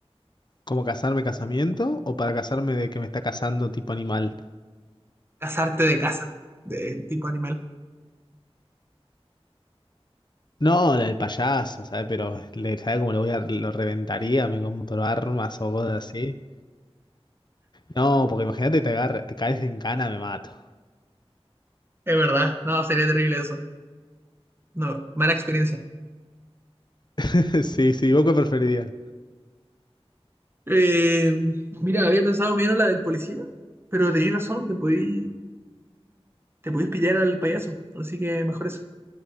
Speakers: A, on the left; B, on the right.
A: ¿Cómo casarme casamiento? ¿O para casarme de que me está casando tipo animal?
B: Casarte de casa. De tipo animal.
A: No, la del payaso, ¿sabes? Pero le, ¿sabes cómo lo voy a, lo reventaría? Me compro armas o cosas así. No, porque imagínate te agarre, te caes en cana, me mato.
B: Es verdad. No, sería terrible eso. No, mala experiencia.
A: <laughs> Sí, sí, ¿vos qué preferirías?
B: Eh, mira, había pensado primero la del policía, pero tenías razón, te podí, te podís pillar al payaso. Así que mejor eso.